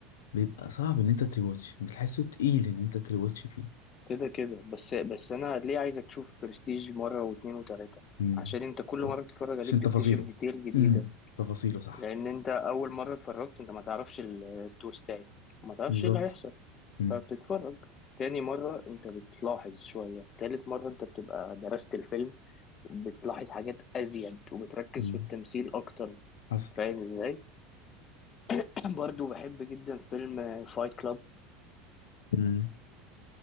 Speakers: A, on the left; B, on the left.
A: بيبقى صعب ان انت تريواتش بتحسه تقيل ان انت تريواتش فيه
B: كده كده بس بس انا ليه عايزك تشوف برستيج مرة واتنين وتلاتة
A: امم
B: عشان انت كل مرة بتتفرج عليه
A: عشان
B: بتكتشف
A: تفاصيله
B: ديتيل جديدة
A: امم تفاصيله صح
B: لان انت اول مرة اتفرجت انت ما تعرفش ال- التويستاية ما تعرفش
A: بالظبط
B: ايه اللي هيحصل
A: امم
B: فبتتفرج تاني مرة انت بتلاحظ شوية تالت مرة انت بتبقى درست الفيلم وبتلاحظ حاجات ازيد وبتركز
A: أمم.
B: في التمثيل اكتر
A: حصل
B: فاهم ازاي <clears throat> برضو بحب جدا فيلم فايت كلاب
A: امم